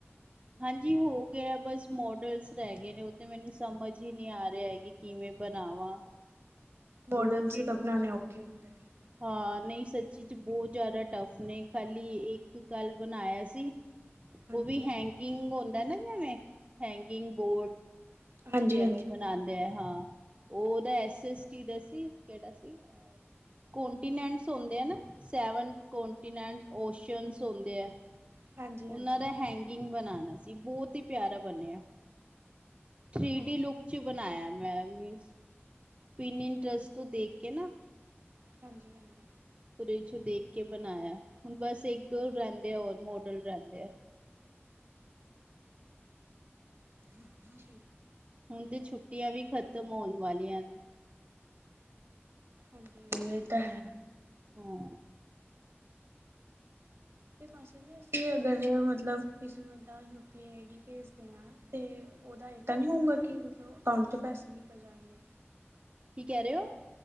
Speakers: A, on the right; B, on the right.
A: ਹਾਂਜੀ ਹੋ ਗਿਆ ਬਸ ਮੋਡਲਸ ਰਹਿ ਗਏ ਨੇ ਉਹ ਤੇ ਮੈਨੂੰ ਸਮਝ ਹੀ ਨਹੀਂ ਆ ਰਿਹਾ ਹੈ। ਕਿਵੇਂ ਬਣਾਵਾਂ।
B: ਮੋਡਲ
A: ਬਹੁਤ ਹੀ
B: ਸੀ ਤਾਂ ਬਣਾਉਣੇ ਔਖੇ। ਨੇ
A: ਹਾਂ। ਨਹੀਂ ਸੱਚੀ ਚ ਬਹੁਤ ਜ਼ਿਆਦਾ ਟਫ ਨੇ ਖਾਲੀ ਇੱਕ ਕੱਲ ਬਣਾਇਆ ਸੀ।
B: ਹਾਂਜੀ
A: ਉਹ ਵੀ ਹੈਂਗਿੰਗ ਹੁੰਦਾ ਨਾ ਜਿਵੇਂ ਹੈਂਗਿੰਗ ਬੋਰਡ
B: ਹਾਂਜੀ
A: ਜਿਵੇਂ
B: ਹਾਂਜੀ
A: ਮਨਾਉਂਦੇ ਆ ਹਾਂ ਉਹਦਾ ਐਸ ਐਸ ਟੀ ਦਾ ਸੀ ਕਿਹੜਾ ਸੀ। ਕੋਂਟੀਨੈਂਟਸ ਹੁੰਦੇ ਆ ਨਾ ਸੈਵਨ ਕੋਂਟੀਨੈਂਟ ਕੁਸ਼ਚਨਸ ਹੁੰਦੇ ਹੈ।
B: ਹਾਂਜੀ
A: ਉਹਨਾਂ
B: ਹਾਂਜੀ
A: ਦਾ ਹੈਂਗਿੰਗ ਬਣਾਣਾ ਸੀ ਬਹੁਤ ਹੀ ਪਿਆਰਾ ਬਣਿਆ ਥ੍ਰੀ
B: ਓਕੇ
A: ਡੀ ਲੁਕ ਚ ਬਣਾਇਆ ਮੈਂ ਮੀਨਸ ਪਿੰਨ ਇੰਟਰਸ ਤੋਂ ਦੇਖ ਕੇ ਨਾ
B: ਹਾਂਜੀ ਹਾਂਜੀ
A: ਵਿੱਚ ਦੇਖ ਕੇ ਬਣਾਇਆ ਹੁਣ ਬਸ ਇੱਕ ਦੋ ਰਹਿੰਦੇ ਆ ਹੋਰ ਮੋਡਲ ਰਹਿੰਦੇ ਆ
B: ਨਹੀਂ
A: ਹੁਣ ਤੇ ਛੁੱਟੀਆਂ ਵੀ ਖ਼ਤਮ ਹੋਣ ਵਾਲੀਆਂ ਨੇ।
B: ਹਾਂ ਇਹ ਤਾਂ ਹੈ।
A: ਹਾਂ
B: ਬਸ ਅਸੀ ਅਗਰ ਮਤਲਬੇ ਨੂੰ ਯ ਪੀ ਭੇਜਦੇ ਹ। ਉਹਦਾ ਇਹ ਤਾਂ ਨੀ ਹੋਊਗਾ ਕਿ ਮਤਲਬ ਅਕਾਊਂਟ ਚ ਪੈਸੇ ਨਿਕਲ ਜਾਣਗੇ।
A: ਕੀ ਕਹਿ ਰਹੇ ਹੋ।